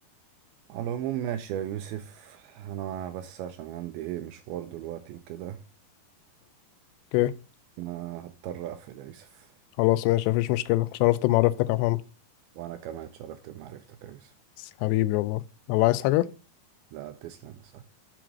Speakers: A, on the right (about 80°); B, on the left (about 90°).
A: على العموم ماشي يا يوسف انا بس عشان عندي ايه مشوار دلوقتي وكده
B: أوكي
A: انا هضطر اقفل يا يوسف
B: خلاص ماشي مفيش مشكلة اتشرفت بمعرفتك يا محمد
A: وانا كمان اتشرفت بمعرفتك يا يوسف
B: حبيبي والله الله عايز حاجة
A: لا تسلم يا صاحبي